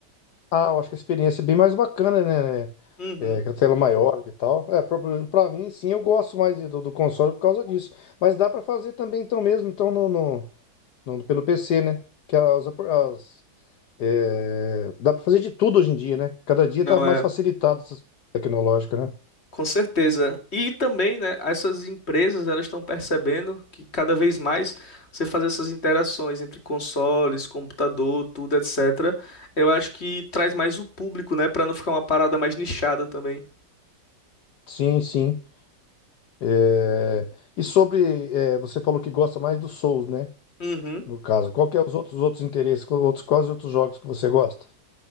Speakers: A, on the left; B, on the left.
A: Ah, eu acho que a experiência é bem mais bacana, né?
B: Uhum.
A: É, com a tela maior e tal. É, para mim, sim, eu gosto mais de- do, do console por causa disso. Mas dá para fazer também, então mesmo, então no, no- no- pelo PC, né? Que as, as- é, dá para fazer de tudo hoje em dia, né? Cada dia
B: Não
A: tá mais
B: é,
A: facilitado essa tecnológica, né?
B: com certeza. E também, né, essas empresas, elas estão percebendo que cada vez mais você fazer essas interações entre consoles, computador, tudo, etc. Eu acho que traz mais o público, né, Pra não ficar uma parada mais nichada também.
A: Sim, sim. É, e sobre, é, você falou que gosta mais do Souls, né?
B: Uhum.
A: No caso, qual que é os outros outros interesses? Qual- Outros, quais outros jogos que você gosta?